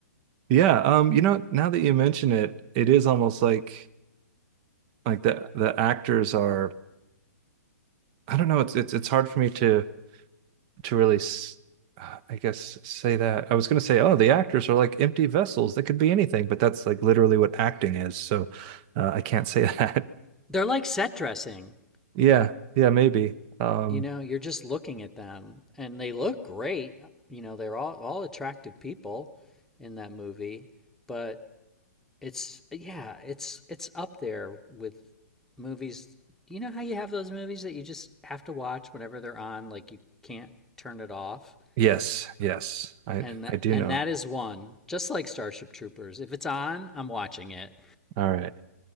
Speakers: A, on the right; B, in the centre.
A: Yeah, um, you know, now that you mention it, it is almost like like the the actors are I don't know, it's it's it's hard for me to to really, I guess, say that. I was going to say, oh, the actors are like empty vessels. They could be anything, but that's like literally what acting is. So uh, I can't say that. <laughs>
B: They're like set dressing.
A: Yeah, yeah, maybe. Um,
B: you know you're just looking at them and they look great you know they're all all attractive people in that movie but it's yeah it's it's up there with movies you know how you have those movies that you just have to watch whenever they're on like you can't turn it off
A: yes, yes, I
B: and that,
A: I do
B: and
A: know.
B: that is one just like starship troopers if it's on i'm watching it
A: All right.